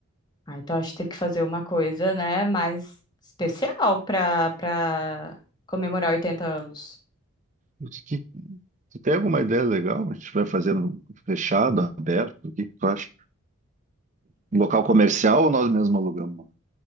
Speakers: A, on the left (about 20°); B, on the right (about 35°).
A: Ah, então acho que tem que fazer uma coisa, né? Mais especial pra, pra comemorar 80 anos.
B: O que- Tu tem alguma ideia legal? A gente vai fazendo fechado, aberto? O que que tu acha? Um local comercial ou nós mesmos alugamos?